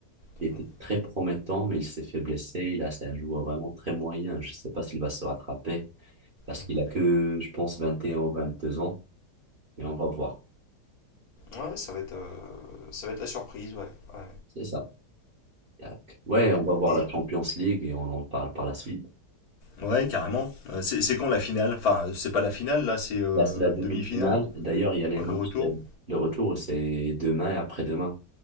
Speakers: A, on the right; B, on the left.
A: qui
B: Mhm,
A: était très promettant, mais il s'est fait blesser. Là, c'est un joueur vraiment très moyen. Je ne sais pas s'il va se rattraper, parce
B: mhm.
A: qu'il a que, je pense, 21 ou 22 ans, mais on va voir.
B: Ouais, ça va être, euh, ça va être la surprise, ouais. ouais.
A: C'est ça. Tac. Ouais, on va voir
B: Mais
A: la Champions League et on en parle par la suite.
B: Ouais, carrément. Euh, c'est c'est quand la finale? Enfin, c'est pas la finale, là, c'est euh,
A: Là, c'est la demi-finale.
B: demi-finale,
A: D'ailleurs, il y a les
B: Ouais,
A: matchs.
B: le retour.
A: euh, Le retour, c'est demain et après-demain.